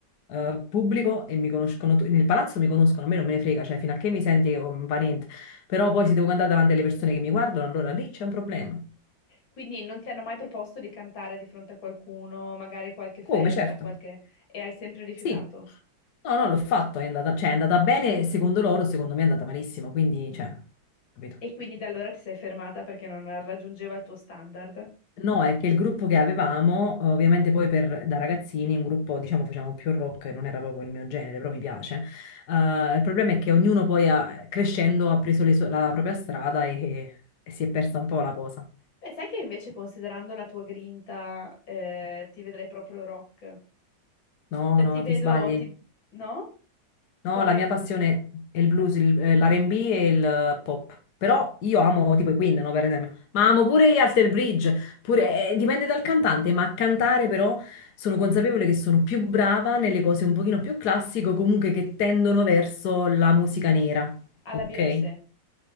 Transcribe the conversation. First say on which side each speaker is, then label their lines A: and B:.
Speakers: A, on the left; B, on the left.
A: eh, pubblico e mi conoscono, tu- nel palazzo mi conoscono, a me non me ne frega, cioè fino a che mi senti che va niente. Però poi se devo cantare davanti alle persone che mi guardano, allora lì c'è un problema.
B: Quindi non ti hanno mai proposto di cantare di fronte a qualcuno, magari qualche festa,
A: Come, certo.
B: qualche... e hai sempre rifiutato?
A: Sì, no, no, l'ho fatto, è andata, cioè, è andata bene secondo loro, secondo me è andata malissimo, quindi, cioè, capito.
B: E quindi da allora ti sei fermata perché non raggiungeva il tuo standard?
A: No, è che il gruppo che avevamo, ovviamente poi per, da ragazzini, un gruppo, diciamo, facevamo più rock, non era proprio il mio genere, però mi piace. Eh, il problema è che ognuno poi, ha- crescendo, ha preso le sue- la propria strada e, e si è persa un po' la cosa.
B: Beh, sai che invece considerando la tua grinta, eh, ti vedrei proprio rock.
A: No,
B: Cioè
A: no,
B: ti vedo,
A: ti sbagli.
B: ti... no?
A: No,
B: Quale?
A: la mia passione è il blues,
B: eh,
A: il- eh, l'R&B e il eh, pop. Però io amo tipo i Queen, no, per esempio. Ma amo pure gli Alter Bridge. Pure, eh, eh, dipende dal cantante, ma a cantare però sono consapevole che sono più brava nelle cose un pochino più classiche, o comunque che tendono verso la musica nera.
B: Alla
A: Ok?
B: Beyoncé.